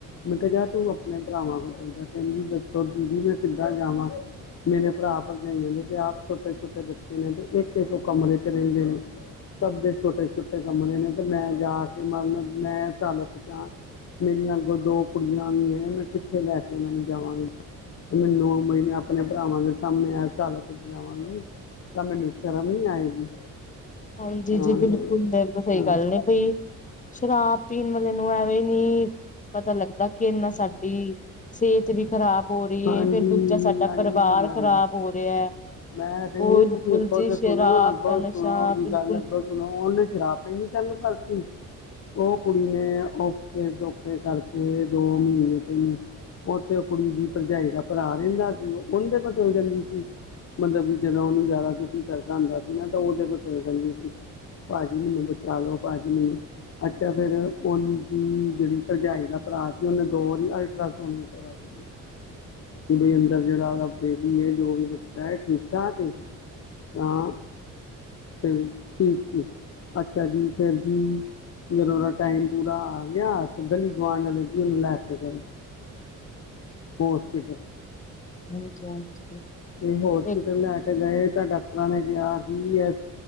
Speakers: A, on the left; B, on the left.
A: ਮੈਂ ਕਿਹਾ ਜਾ ਤੂੰ ਆਪਣੇ ਭਰਾਵਾ ਕੋਲ <unintelligible> ਕਹਿੰਦੀ ਦੱਸੋ ਦੀਦੀ ਮੈਂ ਕਿੱਦਾ ਜਾਵਾ। ਮੇਰੇ ਭਰਾ ਭਰਜਾਈਆਂ ਨੇ ਤੇ ਆਪ ਛੋਟੇ- ਛੋਟੇ ਬੱਚੇ ਨੇ, ਤੇ ਇੱਕ- ਇੱਕ ਉਹ ਕਮਰੇ ਚ ਰਹਿੰਦੇ ਨੇ ਸਭ ਦੇ ਛੋਟੇ-ਛੋਟੇ ਕਮਰੇ ਨੇ ਤੇ ਮੈਂ ਜਾ ਕੇ ਮਤ ਲ ਮੈਂ ਚੱਲ ਤੇ ਜਾ। ਮੇਰੀਆਂ ਅੱਗੋਂ ਦੋ ਕੁੜੀਆਂ ਵੀ ਹੈ ਮੈਂ ਕਿੱਥੇ ਲੈ ਕੇ ਉਹਨਾਂ ਨੂੰ ਜਾਵਾਂਗੀ। ਤੇ ਮੈਂ ਨਓ ਮਈ ਆਪਣੇ ਭਰਾਵਾਂ ਦੇ ਸਾਹਮਣੇ ਐੱਸ ਹਾਲਤ ਚ ਜਾਵਾਗੀ। ਤਾ ਮੈਨੂੰ ਸ਼ਰਮ ਨੀ ਆਏਗੀ।
B: ਹਾਂਜੀ
A: ਤਾਂ
B: ਜੀ ਜੀ ਬਿਲਕੁਲ ਸਹੀ
A: ਹਾਂ
B: ਗੱਲ ਐ ਬਈ ਸ਼ਰਾਬ ਪੀਣ ਮਤ ਨੂੰ ਐਵੇਂ ਨੀ ਪਤਾ ਲੱਗਦਾ ਕਿ ਇੰਨਾ ਸਾਡੀ ਸਿਹਤ ਵੀ ਖ਼ਰਾਬ ਹੋ ਰਹੀ
A: ਹਾਂਜੀ
B: ਹੈ ਫਿਰ ਦੂਜਾ ਸਾਡਾ
A: ਹਾਂਜੀ
B: ਪਰਿਵਾਰ
A: ਹਾਂਜੀ
B: ਖ਼ਰਾਬ ਹੋ ਰਿਹਾ।
A: ਮੈਂ ਕਹਿੰਦੀ
B: ਬਿਲਕੁਲ
A: ਹਾਂ ਤੁਸੀਂ ਅੱਗੋਂ
B: ਜੀ
A: ਤਾਂ
B: ਸ਼ਰਾਬ
A: ਸੁਣੋ ਅੱਗੋਂ
B: ਦਾ ਨਸ਼ਾ
A: ਸੁਣੋ ਉਹਦੀ
B: ਬਿਲਕੁਲ
A: ਗੱਲ ਅੱਗੋਂ ਸੁਣੋ ਉਹਨੇ ਸ਼ਰਾਬ ਪੀਣੀ ਚਾਲੂ ਕਰ ਤੀ। ਉਹ ਕੁੜੀ ਨੇ ਔਖੇ ਸੌਖੇ ਕਰਕੇ ਦੋ ਮਹੀਨੇ ਤਿੰਨ ਉੱਥੇ ਉਹ ਕੁੜੀ ਦੀ ਭਰਜਾਈ ਦਾ ਭਰਾ ਰਹਿੰਦਾ ਸੀ ਉਹਦੇ ਕੋਲ ਜਾਂਦੀ ਸੀ। ਮਤਲਬ ਕਿ ਜਦੋਂ ਉਹਨੂੰ ਜਾਦਾ ਦੁਖੀ ਕਰਦਾ ਹੁੰਦਾ ਸੀ ਨਾ ਤਾਂ ਉਹਦੇ ਕੋ ਚੱਲ ਜਾਂਦੀ ਸੀ। ਭਾਜੀ ਮੈਨੂੰ ਬਚਾ ਲੋ ਭਾਜੀ ਮੈਨੂੰ ਅੱਛਾ ਫਿਰ ਉਹ ਦੀ ਜਿਹੜੀ ਭਰਜਾਈ ਦਾ ਭਰਾ ਸੀ ਉਹਨੇ ਦੋ ਵਾਰੀ ਅਲਟਰਾਸਾਊਂਡ ਕਰਵਾ <unintelligible> ਕਿ ਬਈ ਅੰਦਰ ਜਿਹੜਾ ਉਹਦਾ ਬੇਬੀ ਏ ਜੋ ਵੀ ਬੱਚਾ ਹੈ ਠੀਕ ਠਾਕ ਏ। ਹਾ ਫਿਰ ਠੀਕ ਜੀ ਅੱਛਾ ਜੀ ਫਿਰ ਜੀ ਜਦੋਂ ਉਹਦਾ ਟਾਈਮ ਪੂਰਾ ਆ ਗਿਆ ਤੇ ਗਲੀ ਗੁਆਂਢ ਆਲੇ ਜੀ ਉਹਨੂੰ ਲੈ ਕੇ ਗਏ। ਹੋਸਪਿਟਲ।
B: ਹਜੀ ਹਾਂਜੀ।
A: ਤੇ ਹੋਸਪਿਟਲ
B: ਇੱਕ
A: ਲੈ ਕੇ ਗਏ ਤਾਂ ਡਾਕਟਰਾਂ ਨੇ ਕਿਹਾ ਹੀ ਐ